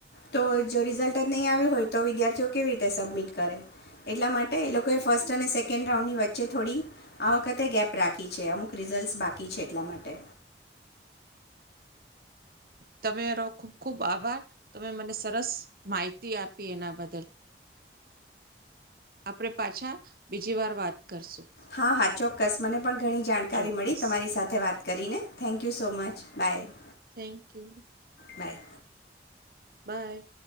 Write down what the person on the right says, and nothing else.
તમે રહો ખુબ ખુબ આભાર તમે મને સરસ માહિતી આપી એના બદલ આપડે પાછા બીજી વાર વાત કરશું
ચોક્કસ
Thank you.
Bye.